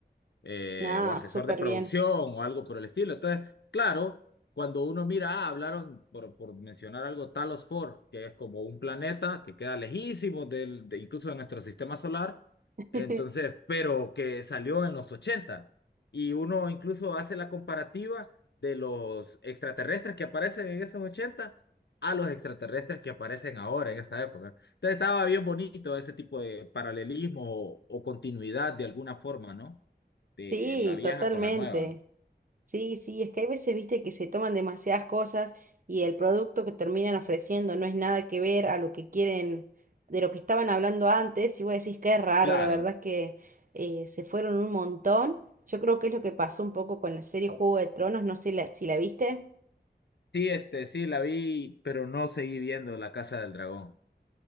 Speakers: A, on the left; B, on the right.
A: eh,
B: No,
A: o asesor
B: súper
A: de producción
B: bien.
A: o algo por el estilo. Entonces, claro, cuando uno mira, ah, hablaron, por, por mencionar algo, Talos Ford, que es como un planeta que queda lejísimo del, de, incluso de nuestro sistema solar,
B: <laughs>
A: entonces, pero que salió en los ochenta Y uno incluso hace la comparativa de los extraterrestres que aparecen en esos 80 a los extraterrestres que aparecen ahora en esta época. Entonces estaba bien bonito ese tipo de paralelismo o o continuidad de alguna forma, ¿no? de
B: Sí,
A: la vieja
B: totalmente.
A: con la nueva.
B: Sí, sí, es que hay veces, viste, que se toman demasiadas cosas y el producto que terminan ofreciendo no es nada que ver a lo que quieren, de lo que estaban hablando antes, y vos decís que es raro,
A: Claro.
B: la verdad es que eh, se fueron un montón. Yo creo que es lo que pasó un poco con la serie Juego de Tronos, no sé la- si la viste.
A: Sí, este, sí, la vi, pero no seguí viendo La Casa del Dragón.